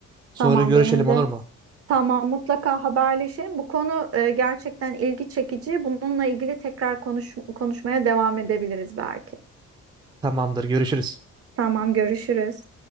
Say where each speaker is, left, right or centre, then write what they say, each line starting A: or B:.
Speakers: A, on the right; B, on the right.
A: Sonra
B: Tamam
A: görüşelim
B: benim
A: olur
B: de
A: mu?
B: Tamam, mutlaka haberleşelim. Bu konu e, gerçekten ilgi çekici. Bununla ilgili tekrar konuş konuşmaya devam edebiliriz belki.
A: Tamamdır, görüşürüz.
B: Tamam, görüşürüz.